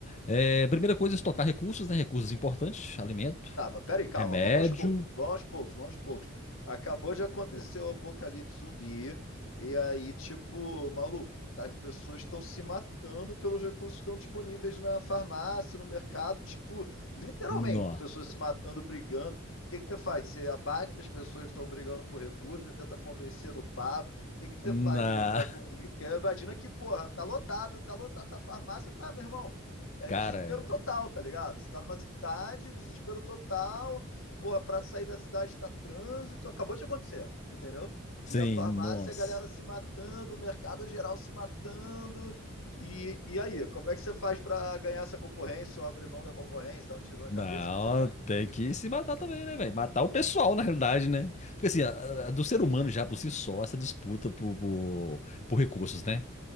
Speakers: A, on the left; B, on the left.
A: É, primeira coisa é estocar recursos, né? Recursos importantes, alimento,
B: Tá, mas peraí, calma,
A: remédio.
B: vamos aos poucos, vamos aos poucos, vamos aos poucos. Acabou de acontecer o apocalipse zumbi, e aí, tipo, maluco, as pessoas estão se matando pelos recursos que estão disponíveis na farmácia, no mercado, tipo, literalmente,
A: Nó.
B: as pessoas se matando, brigando. O que que você faz? Você abate as pessoas que estão brigando por recursos, você tenta convencer no papo. O que que você
A: Na.
B: faz ali pra conseguir? Porque imagina que, porra, tá lotado, tá lotado, tá farmácia, tá, meu irmão é
A: <laughs> Cara,
B: desespero
A: é,
B: total, tá ligado? Você tá numa cidade, desespero total, porra, pra sair da cidade tá trânsito, acabou de acontecer, entendeu?
A: sim,
B: E a farmácia,
A: nossa.
B: a galera se matando, o mercado geral se matando. E, e aí, como é que você faz para ganhar essa concorrência ou abrir mão da concorrência, dar um tiro na
A: Não,
B: cabeça? O que que você faz?
A: tem que se matar também, né, velho? Matar o pessoal, na realidade, né? Porque assim, a- a- do ser humano já por si só, essa disputa por, por, por recursos, né?